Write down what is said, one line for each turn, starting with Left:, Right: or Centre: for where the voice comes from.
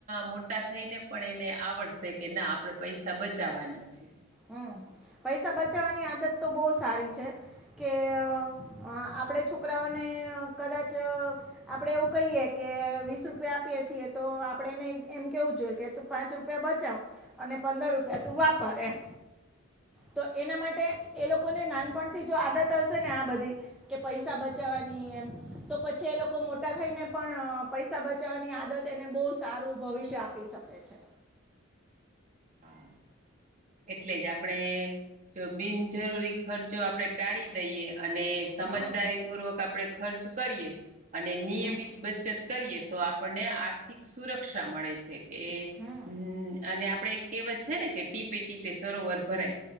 Right: મોટા થઈ ને પણ એને આવડશે કે ના આપણેે પૈસા બચાવવાના છે.
Centre: હમ પૈસા બચાવવાની આદત તો બહુ સારી છે, કે અ આપડે છોકરાઓને કદાચ આપડે એવું કહીએ કે વીસ રૂપિયા આપીએ છીએ તો આપડે એને એમ કેવું જોઈએ કે પાંચ રૂપિયા બચાવ અને પંદર રૂપિયા તું વાપર એમ તો એના માટે એ લોકોને નાનપણથી જો આદત હશે ને આ બધી કે પૈસા બચાવવાની એમ તો પછી એ લોકો મોટા થઈને પણ પૈસા બચાવવાની આદત તેને બહુ સારું ભવિષ્ય આપી શકે છે.
Right: હા એટલે જ આપડે જો બિનજરૂરી ખર્ચો આપણે ટાળી દઈએ અને સમજદારી
Centre: હા
Right: પૂર્વક આપણેે ખર્ચ કરીએ અને નિયમિત
Centre: હમ
Right: બચત કરીએ તો આપણને આર્થિક સુરક્ષા મળે છે કે
Centre: હમ
Right: હ અને આપણે કેવત છે ને કે ટીપે ટીપે સરોવર ભરાય